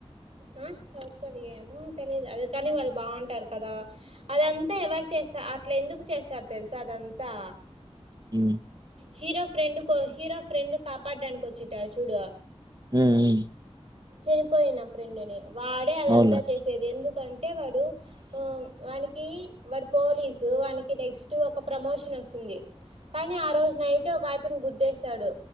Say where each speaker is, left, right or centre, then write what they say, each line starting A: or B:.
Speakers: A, on the right; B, on the right.
A: ఆ సౌత్ కొరియా ఏమో తెలిదు అది కాని వాళ్ళు బాగుంటారు కదా అదంతా ఎవరు చేస్తారు అట్లా ఎందుకు చేస్తారు తెలుసు అదంతా
B: మ్మ్
A: హీరో ఫ్రెండ్ కో హీరో ఫ్రెండ్ కాపాడడానికి వచ్చేటడు చూడు
B: మ్మ్ మ్మ్
A: చనిపోయిన ఫ్రెండుని వాడే అదంతా
B: అవునులే
A: చేసేది ఎందుకంటే వాడు వానికి వాడు పోలీసు వానికి నెక్స్ట్ ఒక ప్రమోషన్ వస్తుంది కానీ ఆ రోజు నైట్ ఒక ఆయపన గుద్దేసాడు